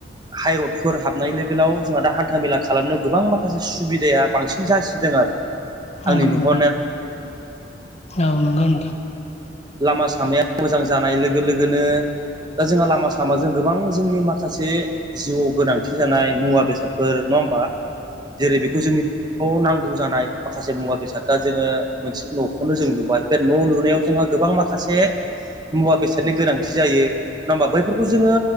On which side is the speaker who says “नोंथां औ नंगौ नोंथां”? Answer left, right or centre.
Left